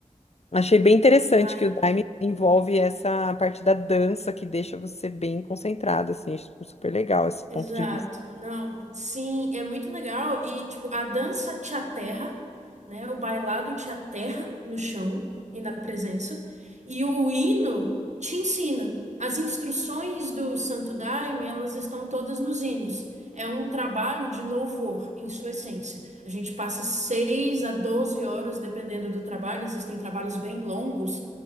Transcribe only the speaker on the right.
Ai,
exato.
Não, sim, é muito legal. E, tipo, a dança te aterra, né? O bailado te aterra no chão e na presença. E o hino te ensina. As instruções do Santo Daime, elas estão todas nos hinos. É um trabalho de louvor, em sua essência. A gente passa 6 a 12 horas, dependendo do trabalho. Existem trabalhos bem longos,